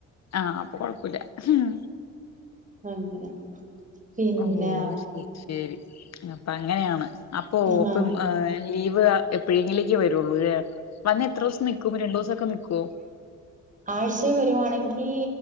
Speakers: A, on the left (about 60°); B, on the right (about 25°).
A: ആഹ് അപ്പൊ കൊഴപ്പുല്യ ഉം
B: അങ്ങനെ പിന്നെ
A: ഓ ശരി ശരി അപ്പൊ അങ്ങനെയാണ് അപ്പൊഓപ്പും
B: ഹാ
A: ലീവ് എപ്പോഴെങ്കിലേക്ക് വരു ഒള്ളൂലെ വന്ന എത്ര ദിവസം നിക്കും രണ്ടു ദിവസൊക്കെ നിക്കോ
B: ആഴ്ച്ചേ വരുവാണെങ്കി